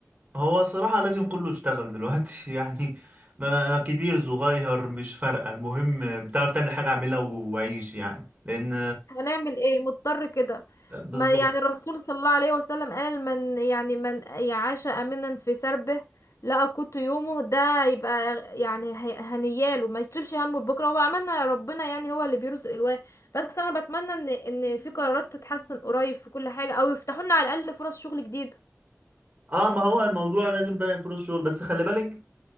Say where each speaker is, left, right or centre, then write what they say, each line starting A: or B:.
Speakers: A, on the right; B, on the left.
A: هو صراحة لازم كله يشتغل دلوقتي <laughs> يعني ما كبير صغير مش فارقة المهم بتعرف تعمل حاجة اعملها وعيش يعني لأن
B: هنعمل ايه مضطر كده
A: بالظبط
B: ما يعني الرسول صلى الله عليه وسلم قال من يعني من يعاش امنا في سربه لقى قوت يومه ده يبقى يعني هي- هنياله ما يشيلش همه بكره هو عملنا ربنا يعني هو اللي بيرزق الواحد بس انا بتمنى ان ان في قرارات تتحسن قريب في كل حاجه او يفتحوا لنا على الاقل فرص شغل جديد
A: اه ما هو الموضوع لازم بقى فرص شغل بس خلي بالك